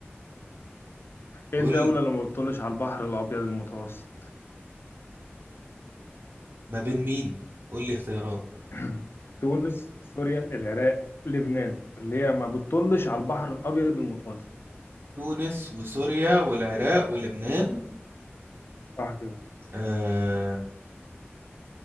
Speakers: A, on the left; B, on the right.
A: ايه
B: قول
A: الدولة اللي ما بتطلش على البحر الأبيض المتوسط
B: ما بين مين قول لي اختيارات
A: <clears throat> تونس سوريا العراق لبنان اللي هي ما بتطلش على البحر الأبيض المتوسط
B: تونس وسوريا والعراق ولبنان
A: صح كده
B: آه...